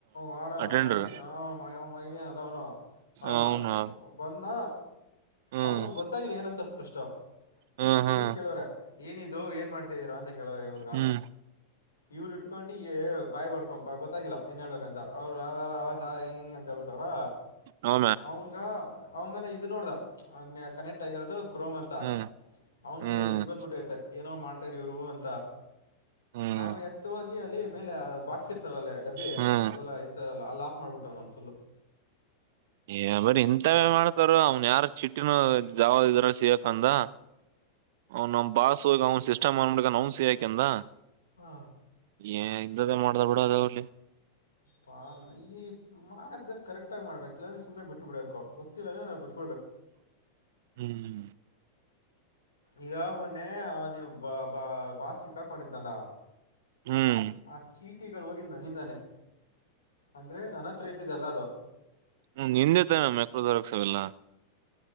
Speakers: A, on the left (about 70°); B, on the right (about 55°).
A: ಮಾಡಡ
B: ಅಟೆಂಡರ್
A: ಮಗೇಶ್ ಹ ಮಗೇಶ್ ಅದ ಅವನು ಅವನ
B: ಅವನು
A: ಬಂದ
B: ಹ್ಮ್
A: ಅವನು ಗೊತ್ತಾಗಿಲಿ ಏನಂತ ಪ್ರಷ್ಟ ಫಸ್ಟ್
B: ಹ್ಮ್ ಹ್ಮ್
A: ಇವ್ರು ಕೇಳವ್ರ ಏನಿದು ಏನ್ ಮಾಡ್ತಾಿದ್ದೀರಾ ಅಂತ ಕೇಳವ್ರ ಇವ್ರಗ
B: ಹ್ಮ್
A: ಇವ್ರು ಇಟ್ಡ್ಕೊಂಡು ಬಾಯ್ ಬರ್ಕೊ ಬ ಗೊತ್ತಾಗಿಲ್ಲ ಏನ್ ಹೇಳ್ಬೇಕಂತ ಅವ್ರ ಅವ ಅಂತ ಹೇಳ್ಬಿಟ್ಟವ್ರ
B: ಹೌ
A: ಅವನ್ಗ ಅವ ಮೇಲೆ ಇದು ನೋಡ್ದ ಕನೆಕ್ಟ್ ಆಗಿರೋದು ಕ್ರೋಮ್ ಅಂತ
B: ಹ್ಮ್
A: ಅವನ್ಿಗೆ
B: ಹ್ಮ್
A: ಇದ್ ಬಂದ್ ಮುಟ್ಟ ಐತೆ ಏನೋ ಮಾಡ್ತಾರಿ ಇವ್ರು ಅಂತ
B: ಹ್ಮ್
A: ಆಮೇ ಎತ್ತ ಹೋಗಿ ಅಲ್ಲಿ ಮೇಲೆ ಬಾಕ್ಸ್ ಇರ್ತದಲ್ಲೇ ಡಬ್ಬಿ
B: ಹ್ಮ್
A: ಅಲ್ಲೆಲ್ಲ ಇರ್ತದಲ್ಲ ಅಲ್ಲ ಮಾಡಿಬಿಟ್ಟೆ ನನ್ನ ಫುಲ್ಲು
B: ಏ ಬರೀ ಇಂಥ ಮಾಡ್ತಾರ ಅವ್ನ್ ಯಾರ ಚಿಟ್ಟಿನ ಜಾವ್ ಇದ್ರ ಸಿಗ ಅಂದ ಅವನ್ ನಮ್ ಬಾಸ್ ಹೋಗ ಅವನ್ ಸಿಸ್ಟಮ್ ಮಾಡಬಿಡ್ಕ ಅವನ್ ಸಯಕಂದ
A: ಹಾ
B: ಏ ಇ್ದೇ ಮಾಡ್ದ ಬಿಡ ಅದ ಅವಲ್ಲಿ
A: ಪಾ ನಯ ಮಾಡಾಕ್ದ್ರ ಕರೆಕ್ಟ್ ಆಗ್ ಮಾಡ್ಬೇಕಕ್ ಇಲ್ಲಾ್ರ ಸು್ನೆ ಬಿಟ್ಟು ಬಿಡ್ಬೇಕು ಗೊತ್ತಿಲ್ಲ ಅಂದ್ರೆ ನಾ ಬಿಟ್ಟ
B: ಹ್ಮ್
A: ಈಗ ಮೊನ್ನೆ ನೀವು ಬ ಬಾ ಬಾಸ್ ಸಿಕ್ಕ ಹಾಕೊಂಡಿದ್ನಲ್ಲ
B: ಹ್ಮ್
A: ಆ ಕೀಟಿಗಳು ಹೋಗಿದ್ದ ನನ್ನಿಂದಾನೆ ಅಂದ್ರೆ ನನ್ನ ಮಾತ್ರ ರತದೆಲ್ಲ ಅದು
B: ಹ್ಮ್ ನಿಂದೇತ ನ ಮೆಕ್ರೋ ದರಕ್ಸವೆಲ್ಲ